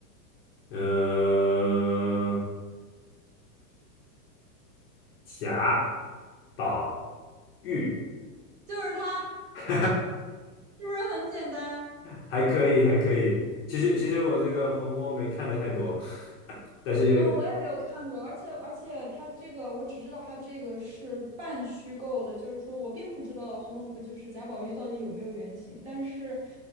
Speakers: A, on the left; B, on the right.
A: <laughs> 呃，贾宝玉，
B: 就是他，是
A: <laughs>
B: 不是很简单？
A: 还可以，还可以。其实，其实我这个《红楼梦》没看的太多，但是，
B: 嗯，我也没有看过，而且而且它这个，我只知道它这个是半虚构的，就是说我并不知道红楼呃就是贾宝玉到底有没有原型，但是，